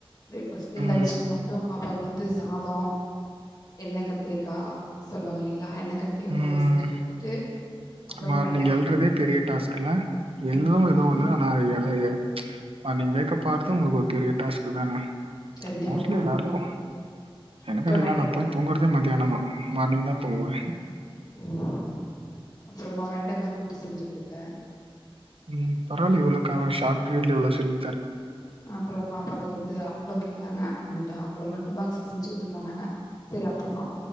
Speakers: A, on the left; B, on the right.
A: ஃபஸ்ட்டு
B: ம்,
A: லஞ்சுக்கு மட்டு பாப்பாவுக்கு வந்து சாதோ எண்ணெ கத்திரிக்கா சொல்லுவாங்க இல்லைங்களா எண்ண கத்திரிக்கா
B: ம்.
A: கொழம்பு செஞ்சு குடுத்துட்டு அப்புறமா
B: மார்னிங்
A: வெண்டைக்கா
B: எழ்றதே பெரிய டாஸ்க்கல எல்லு
A: ம்
B: ஏதோ ஒண்ணு
A: ம்
B: ஆனா எழ எ அ நீங்க வேக்கப்பாறது உங்களுக்கு ஒரு பெரிய டாஸ்க் தானே
A: கண்டிப்பாமா
B: மோஸ்ட்லி எல்லாருக்கு எனக்கப்டில்ல
A: அப்புறம் வெண்டைக்கா
B: நா போய் தூங்கறதே மதியானந்தா மார்னிங்தா தூங்குவே
A: ம் அப்றமா வெண்டக்கா கூட்டு செஞ்சு குடுத்தே
B: ம் பரவால்லயே இவ்ளோ க க்ஷார்ட் பீரியட்ல இவ்ளோ செஞ்சி
A: அப்ற பாப்பாளுக்கு வந்து அப்ள கேட்டாங்க நம்மள்ட்ட அப்ள மட்டு பாகஸ் செஞ்சு குடுத்துர்மானாங்க சரி அப்றமா